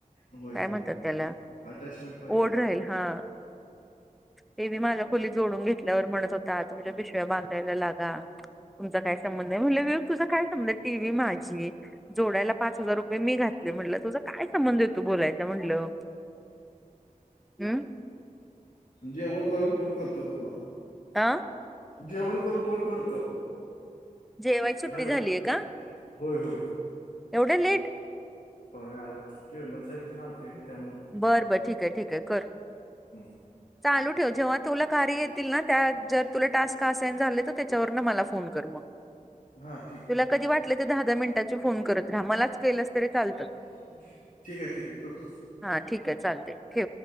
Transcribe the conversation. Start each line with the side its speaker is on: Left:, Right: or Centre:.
Left: होय
Centre: काय
Left: होय
Centre: म्हणतात
Left: होय
Centre: त्याला
Left: अटॅचमेंट पाहिजे
Centre: ओढ राहील हा. टीव्ही मी माझ्या खोलीत जोडून घेतल्यावर म्हणतं होता तुमच्या पिशव्या बांधायला लागा तुमचा काय संबंध तुझा काय संबंध आहे टीव्ही माझी जोडायला पाच हजार रूपये ये मी घातले म्हटलं तुझा काय संबंध येतो बोलायचा म्हटलं. हम्
Left: जेवण करून फोन करतो तुम्हाला.
Centre: आ
Left: जेवण करून फोन करतो.
Centre: जेवाय सुट्टी
Left: हॅलो
Centre: झालीय का?
Left: होय होय.
Centre: एवढ्या लेट?
Left: होय आज चेअरमन साहेब तेन आलते त्यामुळं
Centre: बर बरं ठीक आहे ठीक आहे कर.
Left: हम्म
Centre: चालू ठेव जेव्हा तुला कार्य येतील ना त्या जर तुला टास्क असायन झाले तर त्याच्यावरन मला फोन कर मग.
Left: हा ठीक आहे
Centre: तुला कधी वाटलं तर दहा दहा मिनिटाची फोन करत राहा मलाच केलस तरी चालतात.
Left: ठीक आहे ठीक आहे करतो.
Centre: हा ठीक आहे चालतंय ठेव